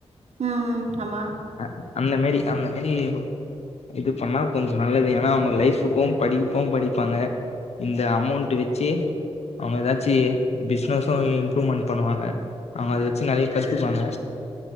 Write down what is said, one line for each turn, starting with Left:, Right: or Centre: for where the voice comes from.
Right: ம் ம் ஆமா
Left: அ அந்த மேரி அந்த மேரி இது பண்ணா கொஞ்சோ நல்லது ஏன்னா அவுங்க லைஃபுக்கு படிப்பூ படிப்பாங்க இந்த அமௌண்ட் வச்சி அவங்க எதாச்சி பிஸ்னஸும் இம்ப்ரூவ்மெண்ட் பண்ணுவாங்க அவங்க அத வச்சு நெறைய கத்துப்பாங்க